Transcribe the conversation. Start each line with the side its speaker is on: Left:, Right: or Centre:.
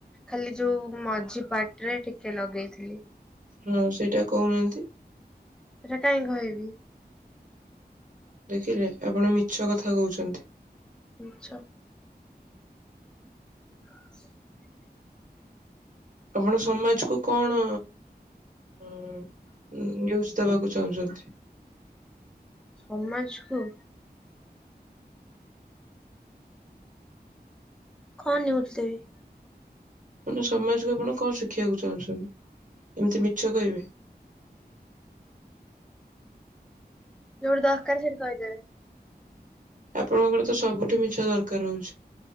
Centre: ଖାଲି ଯୋଉ ମଝି ପାଟିରେ ଟିକେ ଲଗେଇଥିଲି
Right: ହୁଁ ସେଇଟା କହୁ ନାହାନ୍ତି
Centre: ସେଟା କାହିଁ କହିବି
Right: ଦେଖିଲେ ଆପଣ ମିଛ କଥା କହୁଛନ୍ତି
Centre: ମିଛ ଆ <inaudible>
Right: ଆପଣ ସମାଜ କୁ କଣ ନିୟୁଜ ଦେବାକୁ ଚାହୁଁଛନ୍ତି
Centre: ସମାଜକୁ କଣ ନିୟୁଜ ଦେବି
Right: ମାନେ ସମାଜକୁ ଆପଣ କଣ ଶିଖିବାକୁ ଚାହୁଁଛନ୍ତି ଏମିତି ମିଛ କହିବେ
Centre: ଯୋଉଠି ଦରକାର ସେଠି କହିଦେବି
Right: ଆପଣଙ୍କର ତ ସବୁଠି ମିଛ ଦରକାର ହଉଛି